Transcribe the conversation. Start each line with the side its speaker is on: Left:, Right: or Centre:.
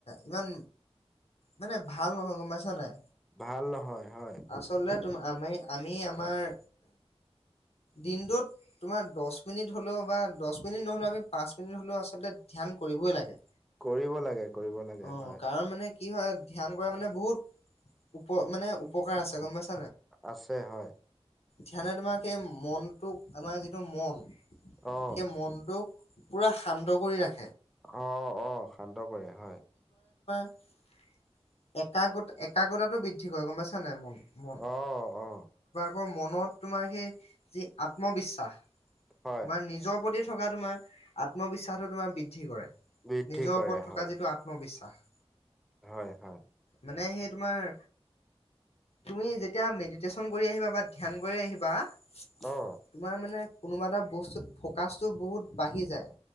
Left: ইমান মানে ভাল নহয় গম পাইছ নাই
Centre: ভাল নহয় হয়
Left: আচলতে আমি আমি আমাৰ দিনটোত তোমাৰ দহ মিনিট হ'লেও বা দহ মিনিট নহ'লেও আমি পাঁচ মিনিট হ'লেও আচলতে ধ্যান কৰিবই লাগে
Centre: কৰিব লাগে কৰিব লাগে
Left: অ
Centre: হয়
Left: কাৰণ মানে কি হয় ধ্যান কৰা মানে বহুত উপ মানে উপকাৰ আছে গম পাইছে
Centre: আছে হয়
Left: ধ্যানে তোমাৰ সেই মনটোক আমাৰ যিটো মন সেই
Centre: অ
Left: মনটোক পোৰা শান্ত কৰি ৰাখে
Centre: অ অ শান্ত কৰে হয়
Left: একাগ্ৰত একাগ্ৰতাটো বৃদ্ধি কৰে গম পাইছা নাই মন মন
Centre: আহ অ
Left: মনত তোমাৰ সেই যি আত্মবিশ্বাস
Centre: হয়
Left: তোমাৰ নিজৰ প্ৰতি থকা তোমাৰ আত্মবিশ্বাসো তোমাৰ বৃদ্ধি কৰে
Centre: বৃদ্ধি
Left: নিজৰ
Centre: কৰে
Left: ওপৰত থকা
Centre: হয়
Left: যিটো আত্মবিশ্বাস
Centre: হয় হয়
Left: মানে সেই তোমাৰ তুমি যেতিয়া মেডিটেশ্যন কৰি আহিবা বা ধ্যান কৰি আহিবা তোমাৰ
Centre: অ
Left: মানে কোনোবা এটা বস্তুত ফকাৰ্চতটো বহুত বাঢ়ি যায়